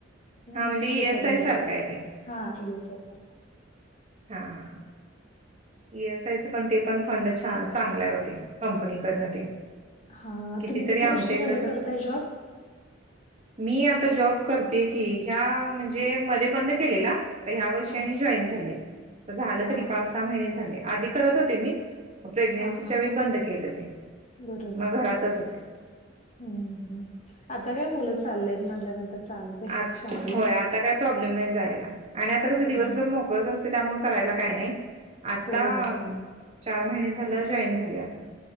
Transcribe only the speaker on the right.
हा
म्हणजे
ई एस
आय सारखं
आहे ते
हां, ई एस आयच पण ते पण फंड छा- चांगला य, ओ तें. कंपनीकडनं ते,
कितीतरी
आमच्या
इकड न
मी आता जॉब करते की, ह्या म्हणजे मध्ये बंद केलेला. ह्या वर्षी
आणि जॉईन झाली, त झालं
तरी पाच
सहा महिने झाले, आधी करत होते मी. प्रेग्नेन्सीच्या
वेळी, बंद केलं ते.
मग घरातच
होते
अत,
होय आता काय प्रॉब्लेम नही जायला, अणि आता कस
दिवसभर मोकळंच अस त, त्यामुळे करायला काही नही, आता.
चार महिने झालं, जॉईन झाले आता,